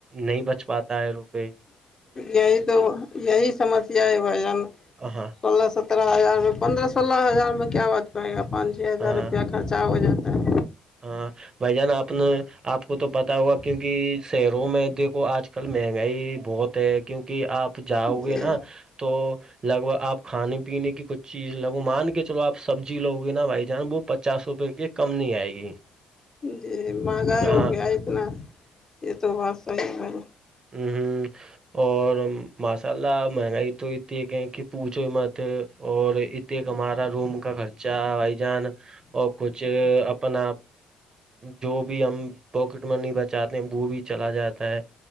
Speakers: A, on the right; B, on the left.
A: نہیں بچ پاتا ہے روپئے
B: یہی تو یہی سمسیا ہے بھائی جان
A: ا ہا
B: پندرہ سترہ ہزار میں پندرہ سولہ ہزار میں کیا بچ پائے گا پانچ چھ ہزار
A: ہاں
B: روپیہ خرچہ ہو جاتا ہے
A: ہاں بھائی جان آپ نے آپ کو تو پتا ہوا کیونکہ شہروں میں دیکھو آج کل مہنگائی بہت کیونکہ آپ جاؤ
B: جی
A: گے نا تو لگ ب آپ کھانے پینے کی کچھ چیز لگو مان کے چلو آپ سبزی لو گے نا بھائی جان وہ پچاس روپئے کے کم نہیں آئے گی
B: جی مہنگائی
A: ہاں
B: ہو گیا اتنا یہ تو بات صحیح بھائی
A: ہمم ہمم اور ماشااللہ مہنگائی تو اتنی ایک ہے کہ پوچو مت اور ات ایک ہمارا روم کا خرچہ چا بھائی جان اور کچھ اپنا جو بھی ہم پاکٹ منی بچاتے ہیں وہ بھی چلا جاتا ہے